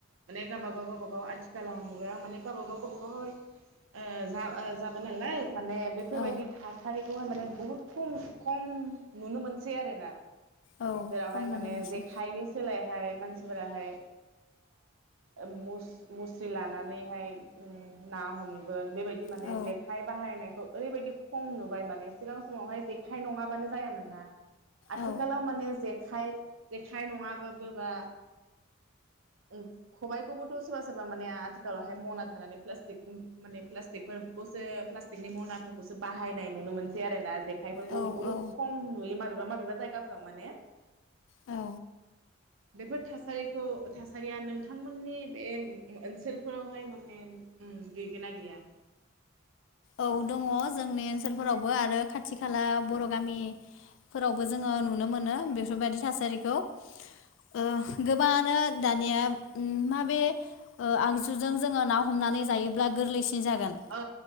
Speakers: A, on the right; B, on the left.
A: माने गावबा गाव गावबागाव आथिखालाव मुगायाव माने गावबा गाव गावबागावहाय ओ जा ओ जाबाय नालाय माने बेफोरबायदि
B: औ
A: थासारि। खौहाय माने बहुत खम खम नुनो मोनसै आरोना
B: औ
A: जेरावहाय
B: खम नुनो
A: माने
B: मोनसै
A: जेखायनि सोलायहाय मानसि मानसिफोराहाय ओ मुस मुस्रि लानानैहाय ना हमगोन। बेबायदि माने।
B: औ
A: बाहायनायखौ ओरैबायदि खम नुबाय माने सिगां समावहाय जेखाय नङाबानो जायामोन ना। आथिखालाव
B: औ
A: माने जे खाय जेखाइ नङाबाबो बा ओ खबाइखौबोथ' सोरबा सोरबा माने आथिखालावहाय मना थानानै प्लास्टिक माने प्लास्टिकफोर खौसो प्लाषथि। बेनि मनाफोरखौसो बाहायनाय नुनो मोन सै आरोना जे खाय फोरखौ
B: औ
A: बुहुद
B: औ
A: खम नुयोमोन। माबेबा माबेबा जायगाफोराव माने
B: औ
A: बेफोर थासारिखौ थासारिया नोंथांमोननि बे ओनसोलफोरावहाय माने गैगोना गैया?
B: औ दङ जोंनि ओनसोलफोरावबो आरो खाथि खाला बर' गामिफोरावबो जोङो नुनो मोनो बेफोरबायदि थासारिखौ ओ गोबाङानो दानिया माबे आगजुजों जोङो ना हमनानै जायोब्ला गोरलैसिन जागोन
A: औ